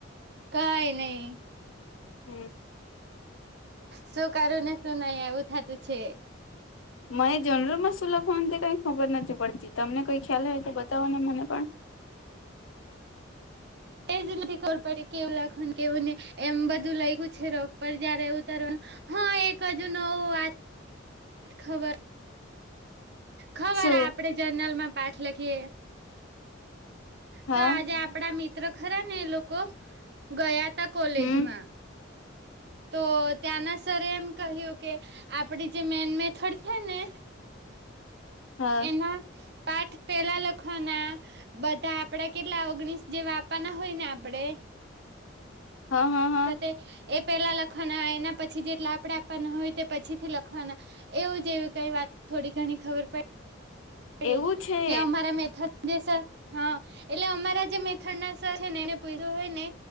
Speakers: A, on the right; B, on the left.
A: કઈ ની
B: હમ
A: શું કરું ને શું નહી એવું થતું છે
B: હમ મને જનરલ માં શું લખવાનું તે કઈ ખબર નથી પડતી તમને કઈ ખ્યાલ હોય તો બતાવો ને મને પણ
A: એજ નથી ખબર પડી કેવું લખવાને કેવું ની એમ બધું લખ્યું છે રાઉફ મા પછી જયારે ઉતારવાનું હા એક હજુ નવું વ ખબર ખબર
B: શું
A: આપડે જર્નલ માં પાઠ લખીએ
B: હા
A: તો આજે આપડા મિત્ર ખરા ને એ લોકો ગયા તા કોલેજ
B: હમ
A: માં તો ત્યાંના સરે એમ કહ્યું કે આપડી જે મેન મેથડ છે ને
B: હા
A: એના પાઠ પહેલા લખવા ના બધા આપડા કેટલા ઓગણીસ જેવા આપવાના હોય ને આપડે
B: હા હા હા
A: તો તે એ પહેલાં લખવાના એના પછી જેટલા આપણે આપવાના હોય તે પછીથી લખવાના એવું જ એવી કઈ વાત થોડી ઘણી ખબર પડી પડી
B: એવું છે
A: કે અમારા મેથડ જે સર હા એટલે અમારા જે મેથડ ના સર છે ને એને પૂછું હોય ને